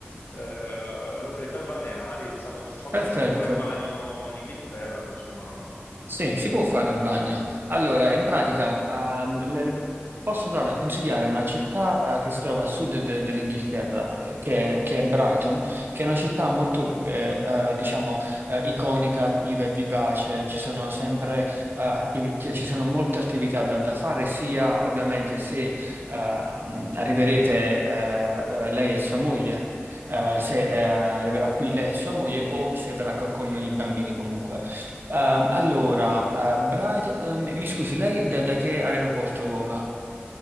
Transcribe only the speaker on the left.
eh, località balneari, diciamo, so
che non si può fare il bagno in Inghilterra, ma insomma,